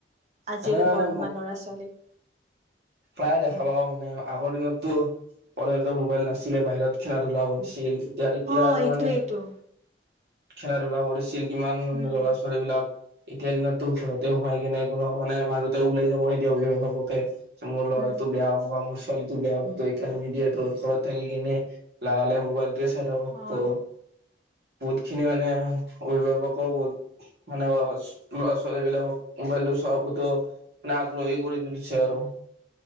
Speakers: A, on the right; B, on the right.
A: আজিৰ
B: এনেকা
A: বৰ্তমান
B: মানে
A: ল'ৰা ছোৱালীক।
B: প্ৰায়ে দেখা পাওঁ মানে আগৰ দিনততো পঢ়াতো মোবাইল নাছিলে বাহিৰত খেলা ধূলা হৈছিল এতিয়া এতিয়া
A: অ
B: আৰু
A: এইটোয়েইটো
B: মানে খেলা ধূলা কৰিছিল, কিমান
A: উম
B: ল'ৰা
A: হম
B: ছোৱালী বিলাক। এতিয়া দিনততো ঘৰতে সোমাই কিনে কোনো মানে মা দেউতাই ওলাই যাব নিদিয়ে, অভিভাৱকে। যে মোৰ ল'ৰাটো
A: হম
B: বেয়া হ'ব বা মোৰ ছোৱালী বেয়া হব এইকাৰণে নিদিয়ে তো ঘৰৰত থাকি কেনে লাহে লাহে মোবাইলটোৱে চাই থাকক
A: হয়
B: তো। বহুত খিনি মানে অভিভাৱকো বহুত মানে অ' ল'ৰা ছোৱালী বিলাক মোবাইলটো চোবতেও। ন আগ্ৰহ কৰি দিলছে আৰু